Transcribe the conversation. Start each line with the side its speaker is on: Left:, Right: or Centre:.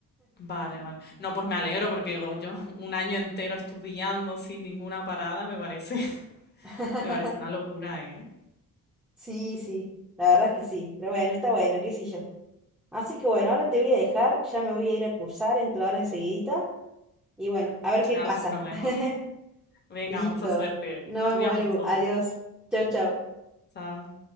Left: Vale, vale. No, pues me alegro porque digo, yo un año entero estudiando sin ninguna parada, me parece, <laughs>
Centre: <laughs>
Left: me parece una locura, ¿eh?
Centre: Sí, sí, la verdad es que sí, pero bueno, está bueno, qué sé yo. Así que bueno, ahora te voy a dejar, ya me voy a ir a cursar, entro ahora enseguidita y bueno, a ver
Left: Claro,
Centre: qué pasa.
Left: sin problemas.
Centre: <laughs>
Left: Venga,
Centre: Listo,
Left: mucha suerte.
Centre: nos
Left: Estudia
Centre: vemos, Belu,
Left: mucho.
Centre: adiós, chau, chau.
Left: Chao.